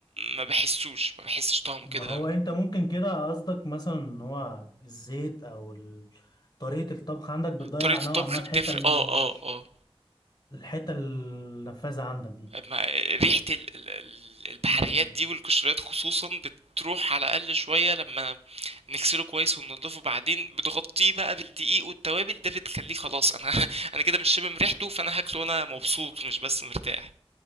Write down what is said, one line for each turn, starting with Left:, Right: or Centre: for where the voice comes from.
Right: ما بحسوش ما بحسش طعمه
Left: ما
Right: كده
Left: هو انت ممكن كده قصدك مثلا ان هو الزيت او ال... طريقة الطبخ عندك بتضيع
Right: طريقه
Left: نوعا
Right: الطبخ
Left: ما الحتة
Right: بتفرق
Left: ال...
Right: اه اه اه
Left: الحتة النفاذة عندك دي
Right: ما ريحة ال- ال- ال- البحريات
Left: م -م.
Right: دي والقشريات خصوصا بتروح على الأقل شوية لما نغسله كويس وننضفه بعدين بتغطيه بقى بالدقيق والتوابل ده بتخليه خلاص أنا <laughs> أنا كده مش شامم ريحته فأنا هاكله وأنا مبسوط مش بس مرتاح